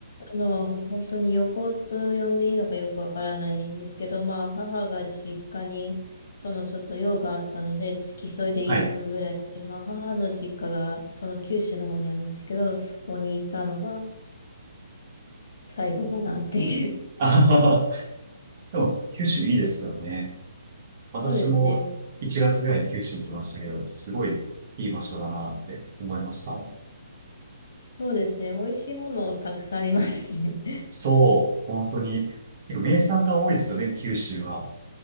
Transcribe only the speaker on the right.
はい。
<laughs> あははでも、九州いいですよね。
私も1月ぐらいに九州行きましたけど、
すごいいい場所だなって思いました。
そう、本当に、結構名産が多いですよね、九州は。